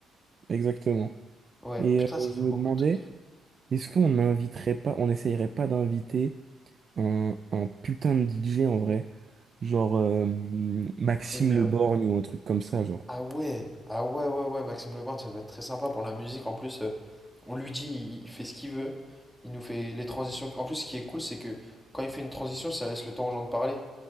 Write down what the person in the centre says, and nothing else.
Ouais,
putain,
ça fait
beaucoup
de trucs.
Génial.
Ah ouais, ah ouais, ouais, ouais, Maxime Leborgne, ça va être très sympa pour la musique. En plus, euh, on lui dit, il il fait ce qu'il veut. Il nous fait les transitions. En plus, ce qui est cool, c'est que quand il fait une transition, ça laisse le temps aux gens de parler